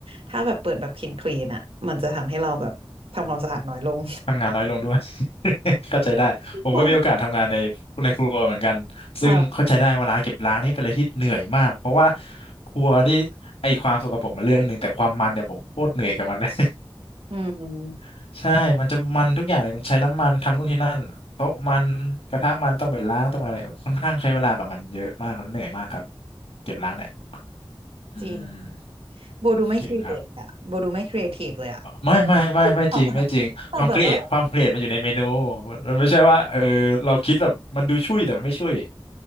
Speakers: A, on the right; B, on the left.
A: ถ้าแบบเปิดแบบคลีนคลีนอ่ะมันจะทำให้เราแบบทำความสะอาดน้อยลง
B: ทำงานน้อยลงด้วย <laughs> เข้าใจได้ผมก็มีโอกาสทำงานในในครัวเหมือนกันซึ่งเข้าใจได้เวลาเก็บล้างนี่เป็นอะไรที่เหนื่อยมากเพราะว่า
A: <laughs> ว่าค่ะ
B: ครัวนี่ไอความสกปรกมันเรื่องหนึ่งแต่ความมันเนี่ยผมโคตรเหนื่อยกับมันเลย
A: อืม
B: <laughs> ใช่มันจะมันทุกอย่างเลยมันใช้น้ำมันทำนู่นที่นั่นโต๊ะมันกระทะมันต้องไปล้างต้องอะไรเออค่อนข้างใช้เวลากับมันเยอะมากแล้วเหนื่อยมากครับเก็บล้างเนี่ยอืม
A: จริงโบดูไม่ครีเอทอะโบดูไม่ครีเอทีฟเลยอะแบบ
B: จริงครับ ไม่ไม่ไม่ไม่จริงไม่จริงความเครียดความเครียดมันอยู่ในเมนูมันมันไม่ใช่ว่าเออเราคิดแบบมันดูช่วยแต่มันไม่ช่วย
A: ตอบตอบแบบว่า